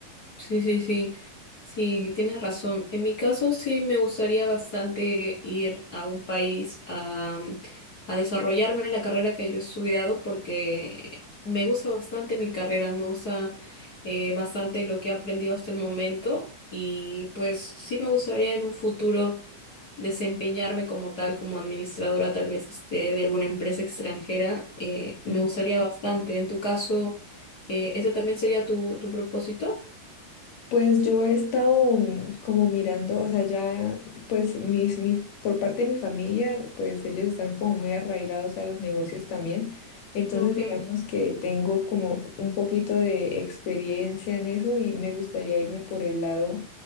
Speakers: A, on the left; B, on the left.
A: Sí, sí, sí. Sí, tienes razón. En mi caso, sí me gustaría bastante ir a un país a, mm, a desarrollarme en la carrera que yo he estudiado porque me gusta bastante mi carrera, me gusta eh, bastante lo que he aprendido hasta el momento y pues sí me gustaría en un futuro desempeñarme como tal, como administradora tal vez este, de alguna empresa extranjera, eh, me
B: Mm.
A: gustaría bastante. En tu caso, eh, ¿ese también sería tu, tu propósito?
B: Pues yo he estado mm, como mirando, o sea, ya, pues mis, mi, por parte de mi familia, pues ellos están como muy arraigados a los negocios también. Entonces,
A: Ok,
B: digamos que tengo como un poquito de experiencia en eso y me gustaría irme por el lado